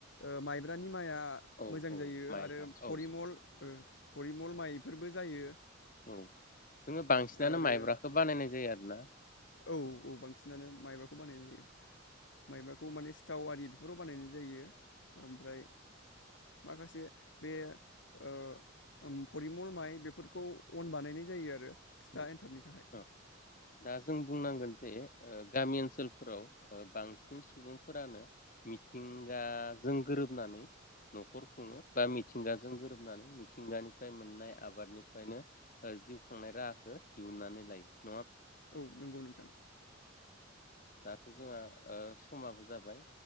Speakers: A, on the left; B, on the left.
A: ओ माइब्रानि माइआ
B: औ
A: मोजां
B: औ
A: जायो
B: माइब्रा
A: आरो
B: औ
A: परिमल ओम परिमल माइ बेफोरबो जायो।
B: औ जोङो बांसिनानो
A: आरो
B: माइब्राखौ बानायनाय जायो आरोना।
A: औ औ बांसिनानो माइब्राखौ बानायनाय जायो माइब्राखौ माने सिथाव आरि बेफोराव बानायनाय जायो ओमफ्राय माखासे बे ओ ओम फरिमल माइ बेफोरखौ अन बानायनाय जायो आरो। फिथा
B: औ
A: एन्थाबनि थाखाय।
B: औ दा जों बुंनांगोन जे ओ गामि ओनसोलफोराव ओ बांसिन सुबुंफोरानो मिथिंगाजों गोरोबनानै न'खर खुङो बा मिथिंगाजों गोरोबनानै मिथिंगानिफ्राय मोननाय आबादनिफ्रायनो ओ जिउ खांनाय राहा बो दिहुननानै लायो।
A: औ नंगौ नोंथां।
B: दाथ' जोंहा ओ समाबो जाबाय।